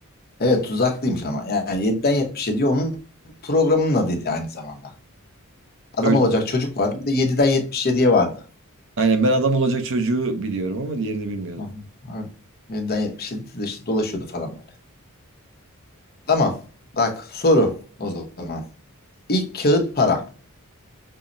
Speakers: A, on the left; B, on the right.
A: Evet tuzaklıymış ama. Yani yediden yetmiş 77'ye onun programının adıydı aynı zamanda. Adam
B: Öyle.
A: olacak çocuk vardı. Bir de yediden yetmiş yediye vardı.
B: Aynen ben adam olacak çocuğu biliyorum ama diğerini bilmiyordum.
A: Hı hı, Evet. 7'den 77'de işte dolaşıyordu falan böyle. Tamam. Bak soru o zaman. İlk kağıt para